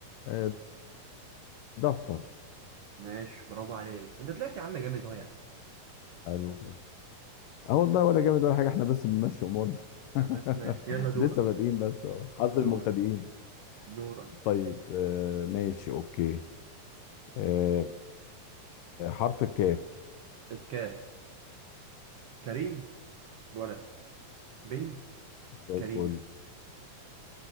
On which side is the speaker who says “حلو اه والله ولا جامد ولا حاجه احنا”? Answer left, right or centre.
Left